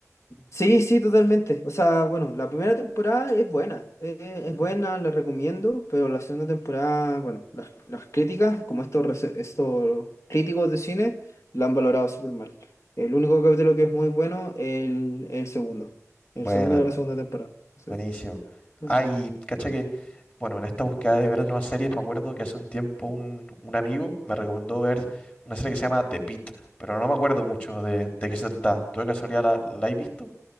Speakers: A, on the left; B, on the left.
A: Sí, sí, totalmente. O sea, bueno, la primera temporada es buena, eh,
B: sí.
A: es buena, la recomiendo, pero la segunda temporada, bueno, las, las críticas, como estos, rece- estos críticos de cine, la han valorado súper mal. El único capítulo que es muy bueno es el, el segundo, el
B: Buena,
A: segundo de la segunda temporada. Sí,
B: buenísimo.
A: no.
B: Ay, cacha que, bueno, en esta búsqueda de ver nuevas series, me acuerdo que hace un tiempo un, un amigo me recomendó ver una serie que se llama The Pitt, pero no me acuerdo mucho de, de qué se trataba. ¿Tú de casualidad la, la has visto?